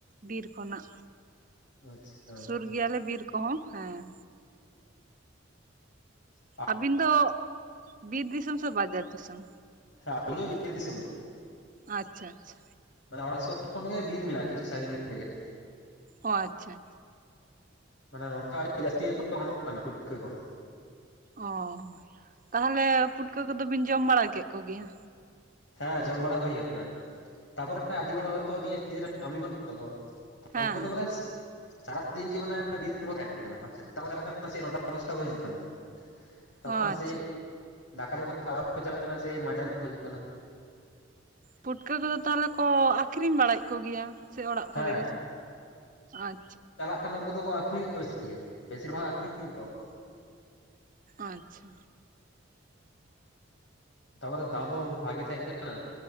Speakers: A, on the right; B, on the left.
A: ᱵᱤᱨ ᱠᱷᱚᱱᱟᱜ᱾
B: ᱟᱪᱪᱷᱟ
A: ᱥᱩᱨ ᱜᱮᱭᱟᱞᱮ ᱵᱤᱨ ᱠᱚᱦᱚᱸ ᱦᱮᱸ
B: ᱟᱨ
A: ᱟᱹᱵᱤᱱ ᱫᱚ ᱵᱤᱨ ᱫᱤᱥᱚᱢ ᱥᱮ ᱵᱟᱡᱟᱨ ᱫᱤᱥᱚᱢ
B: ᱦᱮᱸ ᱟᱞᱤᱧ ᱦᱚᱸ ᱵᱤᱨ ᱫᱤᱥᱚᱢ ᱜᱮ
A: ᱟᱪᱪᱷᱟ ᱟᱪᱪᱷᱟ
B: ᱢᱟᱱᱮ ᱚᱲᱟᱜ ᱥᱩᱨ ᱠᱷᱚᱱ ᱜᱮ ᱵᱤᱨ ᱢᱮᱱᱟᱜᱼᱟ ᱠᱤᱪᱷᱩ ᱥᱟᱹᱜᱤᱧ ᱨᱮᱜᱮ
A: ᱚ ᱟᱪᱪᱷᱟ ᱟᱪᱪᱷᱟ
B: ᱢᱟᱱᱮ ᱱᱚᱛᱮ ᱟᱹᱰᱤ ᱡᱟᱹᱥᱛᱤ ᱜᱮᱠᱚ ᱚᱢᱱᱚᱜ ᱠᱟᱱᱟ ᱯᱩᱴᱠᱟᱹ ᱠᱚ
A: ᱚ ᱛᱟᱦᱚᱞᱮ ᱯᱩᱴᱠᱟᱹ ᱠᱚᱫᱚ ᱵᱤᱱ ᱡᱚᱢ ᱵᱟᱲᱟ ᱠᱮᱫ ᱠᱚᱜᱮᱭᱟ?
B: ᱦᱮᱸ ᱡᱚᱢ ᱵᱟᱲᱟ ᱦᱩᱭ ᱠᱟᱱᱟ। ᱛᱟᱨᱯᱚᱨᱮ ᱟᱹᱰᱤ ᱦᱚᱲ ᱦᱚᱭᱛᱚ ᱱᱤᱭᱟᱹ ᱥᱤᱡᱤᱱ ᱨᱮ ᱠᱟᱹᱢᱤ ᱵᱟᱹᱱᱩᱜ ᱛᱟᱠᱚᱣᱟ
A: ᱦᱮᱸ
B: ᱩᱱᱠᱩ ᱫᱚ ᱢᱟᱱᱮ ᱥᱟᱨᱟ ᱫᱤᱱ ᱜᱮ ᱢᱟᱱᱮ ᱵᱤᱨ ᱨᱮᱠᱚ ᱛᱟᱦᱮᱱ ᱠᱟᱱᱟ ᱥᱮᱛᱟᱜ ᱠᱚ ᱪᱟᱞᱟᱜ ᱠᱟᱱᱟ ᱥᱮ ᱱᱚᱴᱟ ᱫᱚᱥᱴᱟ ᱠᱚ ᱦᱤᱡᱩᱜ ᱠᱟᱱᱟ᱾ ᱛᱚᱠᱷᱚᱱ
A: ᱚ ᱟᱪᱪᱷᱟ
B: ᱥᱮᱭ ᱫᱟᱠᱟ ᱡᱚᱢ ᱠᱟᱛᱮ ᱟᱵᱟᱨ ᱠᱚ ᱪᱟᱞᱟᱜ ᱠᱟᱱᱟ ᱥᱮᱭ ᱢᱟᱡᱟᱱ ᱠᱚ ᱦᱤᱡᱩᱜ ᱠᱟᱱᱟ᱾
A: ᱯᱩᱴᱠᱟᱹ ᱠᱚᱫᱚ ᱛᱟᱦᱚᱞᱮ ᱠᱚ ᱟᱠᱷᱨᱤᱧ ᱵᱟᱲᱟᱭᱮᱫ ᱠᱚᱜᱮᱭᱟ? ᱥᱮ ᱚᱲᱟᱜ ᱠᱚᱨᱮ
B: ᱦᱮᱸ
A: ᱜᱮ ᱥᱮ ᱟᱪᱪᱷᱟ
B: ᱟᱠᱷᱟᱱ ᱩᱱᱠᱩ ᱫᱚᱠᱚ ᱟᱠᱷᱨᱤᱧᱮᱫ ᱠᱚᱣᱟ ᱵᱮᱥᱤ ᱜᱮ ᱵᱮᱥᱤᱨ ᱵᱷᱟᱜᱽ ᱟᱠᱷᱨᱤᱧᱮᱫ ᱠᱚᱣᱟ ᱠᱚ
A: ᱟᱪᱪᱷᱟ
B: ᱛᱟᱯᱚᱨᱮ ᱫᱟᱢ ᱦᱚᱸ ᱵᱷᱟᱜᱮ ᱛᱟᱦᱮᱜ ᱠᱟᱱᱟ᱾